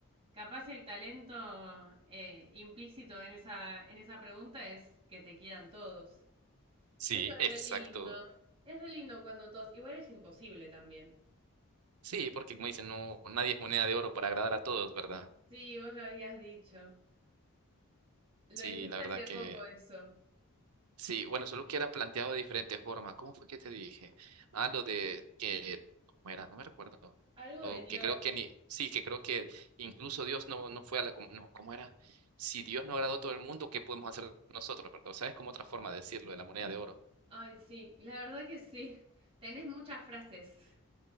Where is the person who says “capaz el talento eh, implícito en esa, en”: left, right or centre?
Right